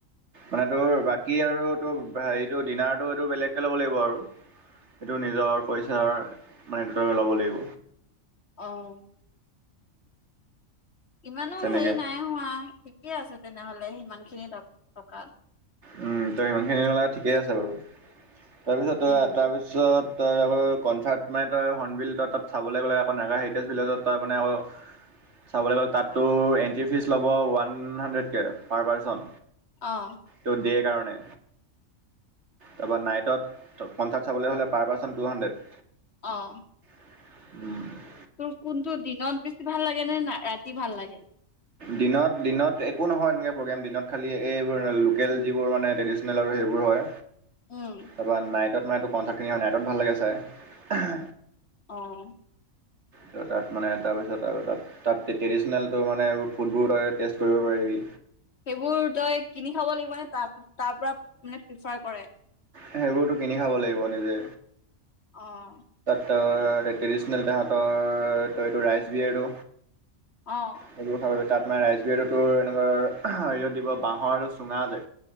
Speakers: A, on the right; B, on the left.
A: মানে তোৰ বাকী আৰু এইটো হেৰিটো ডিনাৰটো এইটো বেলেগকৈ ল'ব লাগিব আৰু সেইটো নিজৰ পইচাৰ মানেটোট ল'ব লাগিব।
B: অহ ', ইমানো
A: তেনেকে
B: হেৰি নাই হোৱা ঠিকে আছে তেনেহ'লে সিমান খিনি ত। থকাৰ
A: উম, ত সিমানখিনি মিলাই ঠিকেই আছে বাৰু। তাৰপিছত
B: উম
A: - তাৰপিছত তই কনচাৰ্ট মেণ্টৰ হৰ্নবিল ত তাত চাবলৈ গ'লে আকৌ নাগা হেৰিটেজ ভিলেজত তাৰ মানে অ, চাবলৈ গ'লে তাততো এণ্ট্ৰি ফিজ ল'ব ওৱান হাণ্ড্ৰেডকে, পাৰ পাৰ্চন।
B: অ'।
A: তোৰ ডে'ৰ কাৰণে তাৰপা নাইটত সংখ্যাত চাবলৈ'হ'লে পাৰ পাৰ্চেণ্ট টু হাণ্ড্ৰেড
B: অ'
A: উম
B: তোৰ কোনটো দিনত বেছি ভাল লাগে, নে না, ৰাতি ভাল লাগে?
A: দিনত, দিনত একো নহয় তেনেকৈ প্ৰগ্ৰেম দিনত খালি, এইবোৰ লোকেল যিবোৰ মানে ট্ৰেডিচনেল আৰু সেইবোৰ হয়
B: উম
A: তাৰপা নাইটত তোমাৰ এইটো কনচাৰ্ট খিনি নাইটত ভাল লাগে চাই।
B: অ'
A: ত তাত মানে, তাৰপিছত আৰু তাত, তাত ট্ৰেডিচনেলটো মানে ফুডবোৰ তই টেষ্ট কৰিব পাৰিবি।
B: সেইবোৰ তই কিনি খাব লাগিব নে তাত তাৰ পৰা মানে প্ৰিফাৰ কৰে?
A: সেইবোৰতো কিনি খাব লাগিব নিজে।
B: অ'
A: ত', ট্ৰেডিচনেল তাহাঁতৰ, এটো, এইটো ৰাইচ বিয়েৰটো
B: অ
A: সেইটো <unintelligible> তাত মানে ৰাইচবিয়েৰটো তোৰ এনেকুৱা হেৰিয়ত দিব বাঁহৰ আৰু চুঙা যে